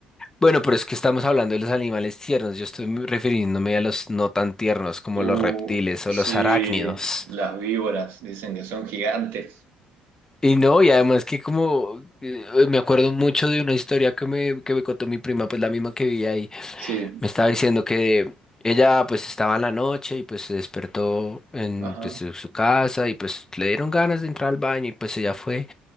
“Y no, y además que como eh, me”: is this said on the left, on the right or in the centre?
Left